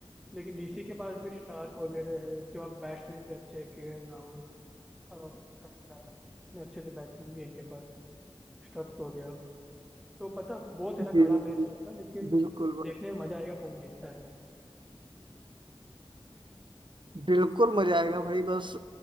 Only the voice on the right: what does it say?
बिल्कुल
बिल्कुल भाई
बिल्कुल मजा आएगा भाई बस